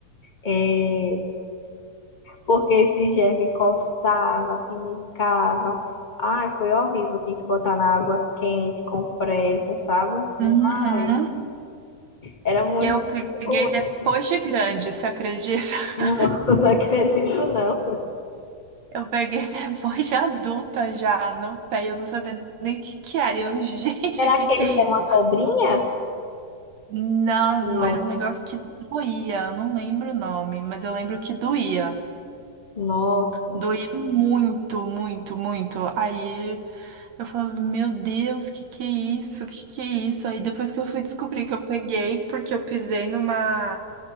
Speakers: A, on the left; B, on the right.
A: É, porque esse germe coçava, pinicava. Ai, foi horrível. Eu tinha que botar na água quente, compressa, sabe?
B: Uhum.
A: Ai. Era muito
B: Eu peguei
A: rude.
B: depois de grande, você acredita?
A: Não,
B: <laughs>
A: <laughs> não acredito, não.
B: Eu peguei depois de adulta já, no pé, eu não sabia nem o que que era. Eu, <laughs> gente,
A: Era
B: o
A: aquele
B: que que é
A: que
B: isso?
A: era uma cobrinha?
B: Não,
A: Não.
B: era um negócio que doía, eu não lembro o nome, mas eu lembro que doía.
A: Nossa,
B: Doía muito, muito, muito. Aí eu falava, meu Deus, que que é isso? Que que é isso? Aí depois que eu fui descobrir que eu peguei, porque eu pisei numa,